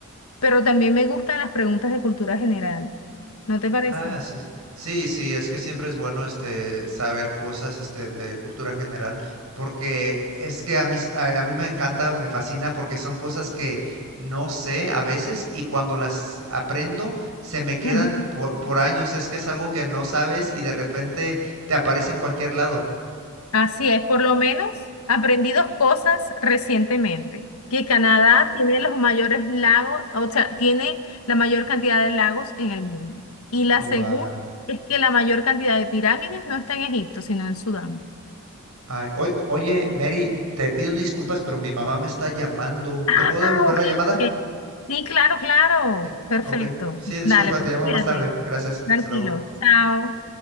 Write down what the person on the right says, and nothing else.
Ah, sí. Sí, sí, sí, es que siempre es bueno este saber cosas este de cultura general porque es que a mí s- a, a mí me encanta, me fascina porque son cosas que no sé a veces y cuando las aprendo se me quedan
por, por años, es que es algo que no sabes y de repente te aparece en cualquier lado.
Guau.
Ay, oy- oye, Mary, te pido disculpas, pero mi mamá me está llamando.
¿Te puedo devolver
la llamada?
Sí.
Ok. Sí, disculpa,
te llamo
más tarde. Gracias.
Hasta luego.